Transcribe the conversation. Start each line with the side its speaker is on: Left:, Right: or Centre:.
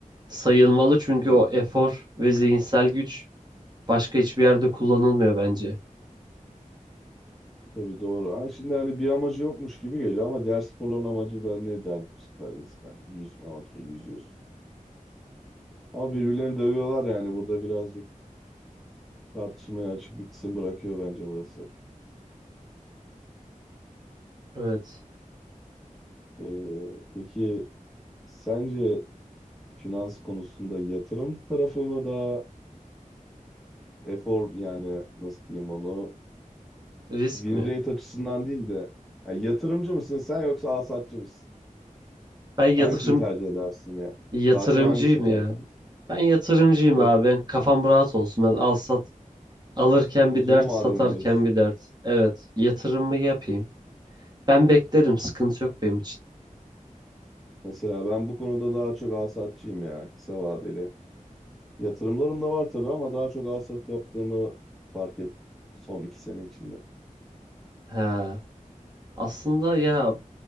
Right: sayılmalı çünkü
Centre: Hı,
Right: o efor ve zihinsel güç Başka hiçbir yerde kullanılmıyor bence.
Centre: tabii doğru. Ama şimdi hani bir amacı yokmuş gibi geliyor ama diğer sporların amacı da ne der bu sefer insan? Yüzme, okey, yüzüyorsun. Ama birbirlerini dövüyorlar yani burada birazcık tartışmaya açık bir kısım bırakıyor bence burası.
Right: Evet.
Centre: Ee, peki sence finans konusunda yatırım tarafı mı daha efor yani nasıl diyeyim onu
Right: Risk
Centre: Win
Right: mi?
Centre: rate açısından değil de ya yatırımcı mısın sen yoksa alsatçı mısın?
Right: Ben yatırım
Centre: Hangisini tercih edersin ya?
Right: yatırımcıyım
Centre: Daha çok hangisini tercih
Right: ya.
Centre: edersin?
Right: Ben yatırımcıyım
Centre: Evet,
Right: abi. Ben kafam rahat olsun. Ben al sat alırken
Centre: uzun
Right: bir dert,
Centre: vadeli
Right: satarken
Centre: diyorsun.
Right: bir dert. Evet, yatırımımı yapayım. Ben beklerim. Sıkıntı yok benim için.
Centre: Mesela ben bu konuda daha çok alsatçıyım ya kısa vadeli. Yatırımlarım da var tabii ama daha çok alsat yaptığımı fark ettim son iki sene içinde.
Right: Ha. Aslında ya